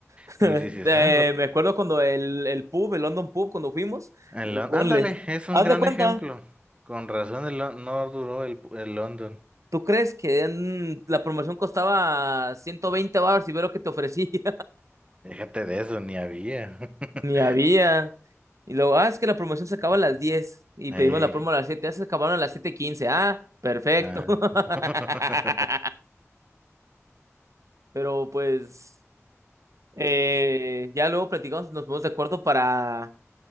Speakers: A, on the right; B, on the right.
A: <laughs>
B: Y dices,
A: de-
B: ah, lo,
A: me acuerdo cuando el, el pub, el London Pub, cuando fuimos,
B: el
A: los
B: Lon-
A: bonles.
B: ándale, es un
A: Haz
B: gran
A: de cuenta,
B: ejemplo. Con razón el Lon- no duró el, el London.
A: ¿tú crees que en- la promoción costaba 120 baros y ve lo que te ofrecía?
B: Déjate de eso, ni había. <laughs>
A: <laughs> Ni había. Y luego, ah, es que la promoción se acaba a las 10 y
B: Ey.
A: pedimos la promo a las siete ya se acabaron a las siete quince Ah, perfecto.
B: Ah.
A: <laughs>
B: <laughs>
A: Pero pues. Eh, ya luego platicamos, nos ponemos de acuerdo para,